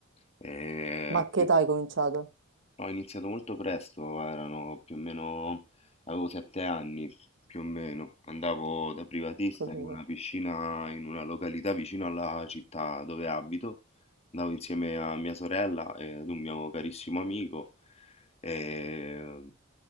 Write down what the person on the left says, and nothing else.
Eh,
Ho iniziato molto presto, erano più o meno, avevo sette anni più o meno, andavo da privatista
in una piscina in una località vicino alla città dove abito, andavo insieme a mia sorella e ad un mio carissimo amico e-